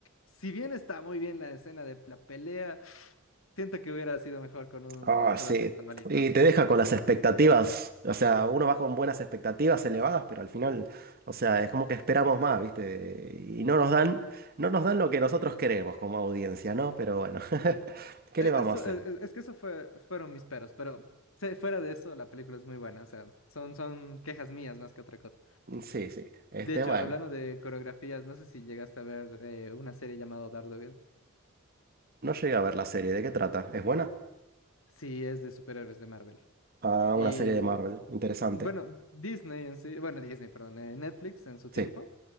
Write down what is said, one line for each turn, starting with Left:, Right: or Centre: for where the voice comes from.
Left: si bien está muy bien la escena de la pelea, siento que hubiera sido mejor con un
Right: Ah,
Left: Scott
Right: sí.
Left: Adkins normalito.
Right: Y te deja con las expectativas. O sea, uno va con buenas expectativas elevadas, pero al final, o sea, es como que esperamos más, ¿viste? Y no nos dan, no nos dan lo que nosotros queremos como audiencia, ¿no? Pero bueno, <laughs> ¿qué
Left: e-
Right: le vamos
Left: Eso,
Right: a hacer?
Left: e- e- es que eso fue, fueron mis peros, pero se- fuera de eso, la película es muy buena, o sea, son, son quejas mías más que otra cosa.
Right: Sí, sí. Este,
Left: De hecho,
Right: bueno,
Left: hablando de coreografías, no sé si llegaste a ver eh, una serie llamada Daredevil.
Right: no llegué a ver la serie. ¿De qué trata? ¿Es buena?
Left: Sí, es de superhéroes de Marvel.
Right: Ah,
Left: Y
Right: una serie de Marvel. Interesante.
Left: bueno, Disney en sí, bueno, Disney, perdón, eh, Netflix en su
Right: Sí.
Left: tiempo,